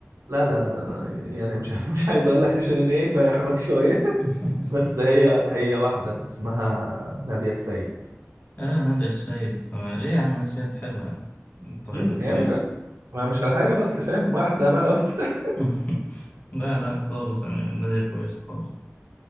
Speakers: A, on the right; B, on the left.
A: لا لا لا لا يعني مش <laughs> مش عايز اقول لك عشان انا ايه فاحرج شويه
B: <laughs>
A: <laughs> بس هي هي واحده اسمها نادية السيد
B: اه نادية السيد أنا- ليه يا عم نادية السيد حلوة يعني طريقتها
A: امم
B: كويسة
A: يعني ف... ما مش على حاجه بس فاهم واحده بقى <laughs> وبتاع
B: <laughs> لا لا خالص يعني نادية كويسة خالص